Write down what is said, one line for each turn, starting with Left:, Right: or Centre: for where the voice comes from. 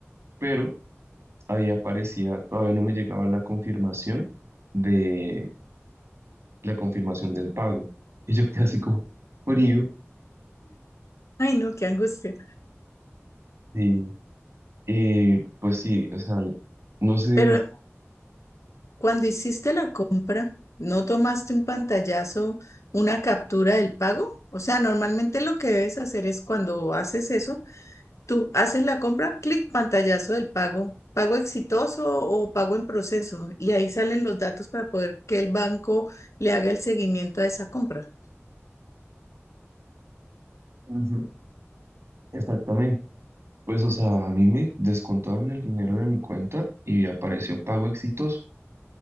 Right: pero ahí aparecía, todavía no me llegaba la confirmación de la confirmación del pago. Y yo quedé así como frío.
Left: Ay, no, qué angustia.
Right: Y, y, pues sí, o sea, no sé
Left: Pero Cuando hiciste la compra, ¿no tomaste un pantallazo, una captura del pago? O sea, normalmente lo que debes hacer es cuando haces eso, tú haces la compra, clic, pantallazo del pago, pago exitoso o pago en proceso, y ahí salen los datos para poder que el banco le haga el seguimiento a esa compra.
Right: Ujú. exactamente. Pues o sea, a mí me descontaron el dinero de mi cuenta y apareció pago exitoso.